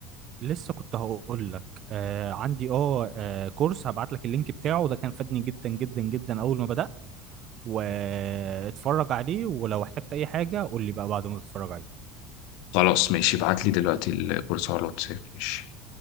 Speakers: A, on the right (about 40°); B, on the left (about 70°).
A: لسه كنت هقول لك آه عندي اه آه، كورس هبعت لك اللينك بتاعه ده كان فادني جدا جدا جدا اول ما بدأت واتفرج عليه ولو احتجت اي حاجة قول لي بقى بعد ما تتفرج عليه
B: خلاص ماشي ابعت لي دلوقتي الكورس على الواتساب ماشي